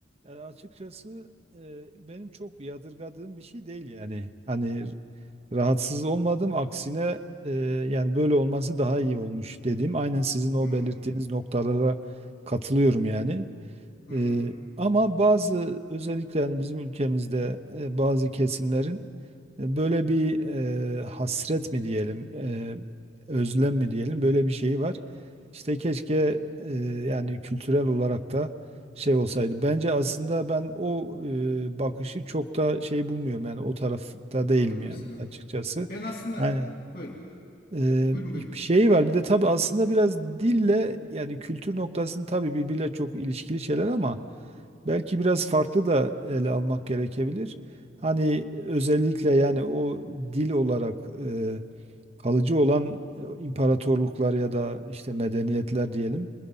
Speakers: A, on the right; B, on the left.
A: Yani açıkçası e, benim çok yadırgadığım bir şey değil yani. Hani rahatsız olmadım aksine e, yani böyle olması daha iyi olmuş dediğim aynen sizin o
B: Hmm.
A: belirttiğiniz noktalara katılıyorum yani.
B: Hı
A: Ee,
B: hı.
A: ama bazı özellikle yani bizim ülkemizde e, bazı kesimlerin e, böyle bir e, hasret mi diyelim, e, özlem mi diyelim böyle bir şeyi var. İşte keşke e, yani kültürel olarak da şey olsaydı. Bence aslında ben o e, bakışı çok da şey bulmuyorum yani o tarafta değilim
B: Anladım
A: yani
B: sizi.
A: açıkçası.
B: Ben aslında
A: Yani
B: buyurun.
A: ee,
B: Buyurun buyurun.
A: bir
B: hocam.
A: şey var. Bir de tabii aslında biraz dille yani kültür noktasını tabii birbiriyle çok ilişkili şeyler ama belki biraz farklı da ele almak gerekebilir. Hani özellikle yani o dil olarak e, kalıcı olan e, imparatorluklar ya da işte medeniyetler diyelim.